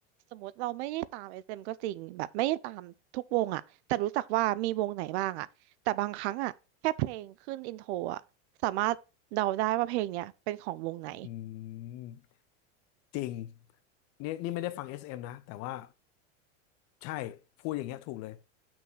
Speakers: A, on the right; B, on the left.
A: สมมติเราไม่ได้ตาม SM ก็จริงแบบไม่ได้ตามทุกวงอ่ะแต่รู้จักว่ามีวงไหนบ้างอ่ะแต่บางครั้งอ่ะแค่เพลงขึ้นอินโทรอ่ะสามารถเดาได้ว่าเพลงเนี้ยเป็นของวงไหน
B: อืมจริงนี่นี่ไม่ได้ฟัง SM นะแต่ว่าใช่พูดอย่างเงี้ยถูกเลย